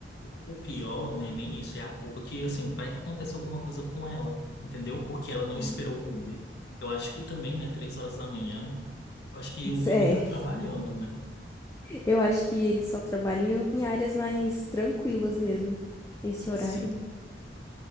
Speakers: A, on the left (about 65°); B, on the left (about 15°).
A: o pior não é nem isso, é a culpa que, assim, vai que acontece alguma coisa com ela, entendeu? Porque ela não
B: Uhum.
A: esperou o Uber. Eu acho que também, né, três horas da manhã, eu acho que o Uber
B: É.
A: nem tá trabalhando, né?
B: Eu acho que eles só trabalham em em áreas mais tranquilas mesmo, nesse horário.
A: Assim,